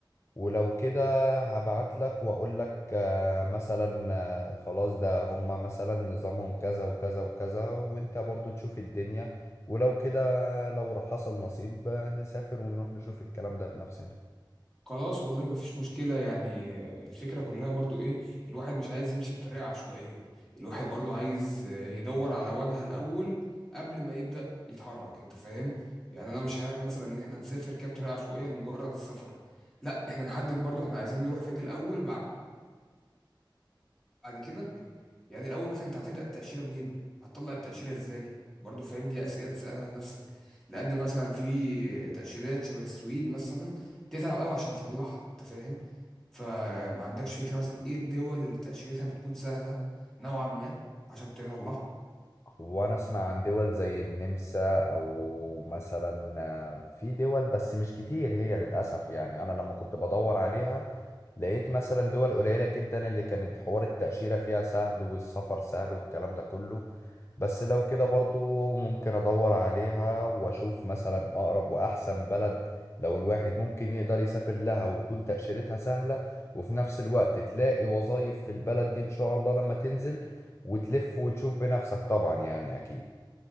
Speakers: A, on the left; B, in the centre.
A: ولو كده هبعت لك واقول لك آه، مثلا آه، خلاص ده هما مثلا نظامهم كذا وكذا وكذا وانت برضو تشوف الدنيا ولو كده لو حصل نصيب آه، نسافر ونروح نشوف الكلام ده بنفسنا
B: خلاص والله مفيش مشكلة يعني الفكرة كلها برضو ايه الواحد مش عايز يمشي بطريقة عشوائية الواحد برضو عايز آه، يدور على واجهة الأول قبل ما يبدأ يتحرك انت فاهم يعني انا مش حابب مثلا ان احنا نسافر كده بطريقة عشوائية لمجرد السفر لا احنا نحدد برضو احنا عايزين نروح فين الأول بعد بعد كده يعني الأول مثلا انت هتبدأ التأشيرة منين هتطلع التأشيرة ازاي برضو فاهم دي أسئلة تسألها لنفسك لأن مثلا في تأشيرات شبه السويد مثلا تتعب قوي عشان تطلعها انت فاهم فما عندكش فكرة مثلا ايه الدول اللي تأشيرتها بتكون سهلة نوعا ما عشان تطلعها
A: وانا اسمع عن دول زي النمسا او مثلا آه، في دول بس مش كتير هي للاسف يعني انا لما كنت بدور عليها لقيت مثلا دول قليلة جدا اللي كانت حوار التأشيرة فيها سهل والسفر سهل والكلام ده كله بس لو كده برضو ممكن ادور عليها واشوف مثلا اقرب واحسن بلد لو الواحد ممكن يقدر يسافر لها ويكون تأشيرتها سهلة وفي نفس الوقت تلاقي وظائف في البلد دي ان شاء الله لما تنزل وتلف وتشوف بنفسك طبعا يعني اكيد